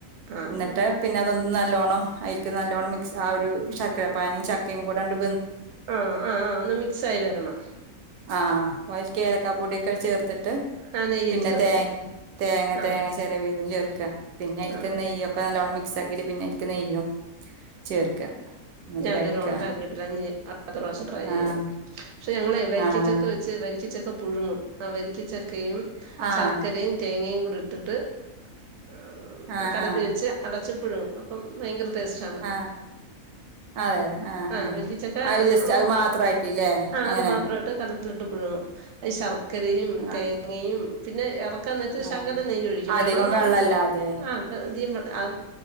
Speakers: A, on the right; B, on the right.
A: ആഹ് ആഹ്
B: എന്നിട്ട് പിന്നതൊന്ന് നല്ലോണ <unintelligible> അയിക്ക് നല്ലോണം മിക്സ് ആ ഒരു ശർക്കര പാനിയും ചക്കയും കൂടെ ആണ്ട്
A: ആ ആ ഒന്ന് മിക്സായി വരണം
B: ആഹ് അപ്പൊ അയിൽക്ക് ഏലയ്ക്കപ്പൊടിയൊക്കെ ചേർത്തിട്ട്
A: ആഹ് നെയ്യും
B: പിന്നെ
A: ചേർക്കും
B: തെങ്ങേം തേങ്ങ
A: ആഹ്
B: തേങ്ങ ചെരവിയ ഇതും ചേർക്കാ പിന്നെ അയിൽക്ക്
A: ആഹ്
B: നെയ്യൊക്കെ നല്ലോണം മി ക്സാക്കിട്ട് പിന്നെ അതിൽക്ക് നെയ്യും ചേർക്ക എന്നിട്ട്
A: ഞാനിതുവരെ
B: കഴിക്ക
A: ഉണ്ടാക്കിട്ടില്ല അ അടുത്ത പ്രാശ്യം ട്രൈ ചെയ്യാം
B: ആഹ്
A: പക്ഷെ ഞങ്ങളെ വരിക്കചക്ക
B: ആഹ്
A: വെച്ച് വരിക്കച്ച ഒക്കെ പുഴുങ്ങും ആ വരിക്കച്ചക്കയും
B: ആഹ്
A: ശർക്കരയും തേങ്ങയും കൂടിട്ടിട്ട് ഏഹ്
B: ആഹ്
A: കലത്തി
B: ആഹ്
A: വെച്ച് അട ച്ച് പുഴുങ്ങും അപ്പം ഭയങ്കര ടേസ് ആണ്
B: ആഹ് അതെ ആഹ്
A: ആ
B: ആഹ്
A: വരിക്ക ചക്ക
B: അത് ജസ്റ്റ്
A: നമ്മള്
B: അത് മാത്രാക്കില്ലേ
A: ആ
B: അങ്ങനെ
A: അത് മാത്രായിട്ട് ചതപ്പിലിട്ട് പുഴുങ്ങും, ഈ ശർക്കരയും
B: ആഹ്
A: തേങ്ങയും പിന്നെ എറ ക്കാൻ നേരത്ത്
B: ആഹ്
A: ശെകലം നെയ്യൊഴിക്കും
B: അധികം
A: വേണോന്നൊന്നുല്ല
B: വെള്ളല്ലാതെ
A: ആഹ് <unintelligible>